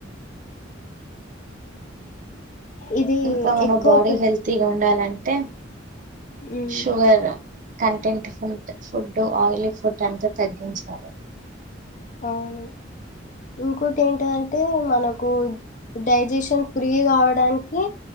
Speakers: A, on the left; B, on the right.
A: ఇది
B: ఇంకా మన
A: ఎక్కువ
B: బాడి
A: పె
B: హెల్తీగా ఉండాలండి టెన్
A: మ్మ్
B: షుగరా కంటెంట్ ఫుడ్ ఆయిలీ ఫుడ్ అంతా తగ్గించాలి
A: అవును ఇంకోటి ఏంటంటే మనకు డైజెషన్ ఫ్రీ కావడానికి